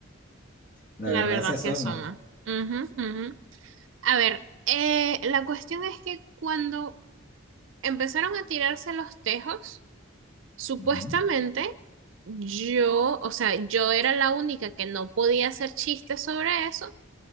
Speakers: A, on the left; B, on the right.
A: la
B: La
A: verdad
B: verdad
A: se asoma.
B: se asoma. Ujú, ujú. A ver, eh, la cuestión es que cuando empezaron a tirarse los tejos, supuestamente
A: Ujú.
B: yo, o sea, yo era la única que no podía hacer chistes sobre eso,